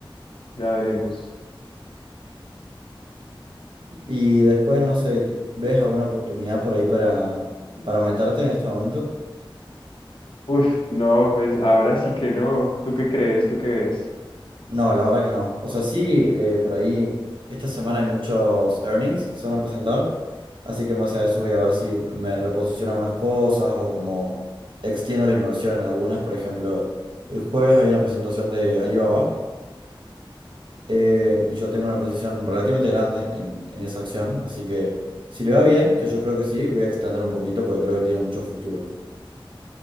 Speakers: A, on the left; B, on the right.
A: Ya veremos.
B: Y después, no sé, ¿ves alguna oportunidad por ahí para, para meterte en este momento?
A: Uf, no, pues ahora sí que no. ¿Tú qué crees? ¿Tú qué ves?
B: No, la verdad que no. O sea, sí, eh, por ahí esta semana hay muchos earnings que se van a presentar, así que en base a eso voy a ver si me reposiciono algunas cosas o como extiendo la inversión en algunas. Por ejemplo, el jueves hay una presentación de Alibaba eh, y yo tengo una posición relativamente grande en, en esa acción, así que si le va bien, que yo creo que sí, voy a extender un poquito porque creo que tiene mucho futuro.